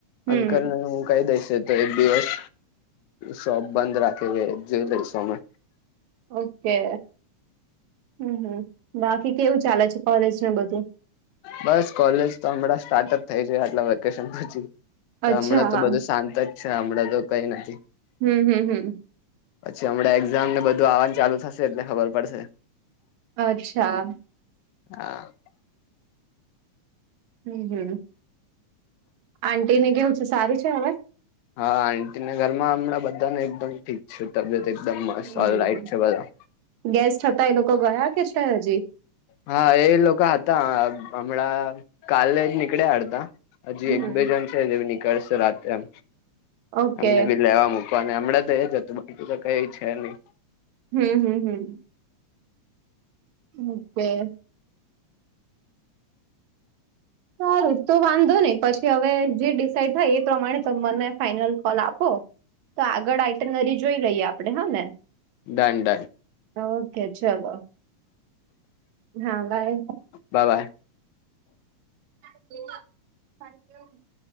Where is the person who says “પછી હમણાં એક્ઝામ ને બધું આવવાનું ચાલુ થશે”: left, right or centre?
Left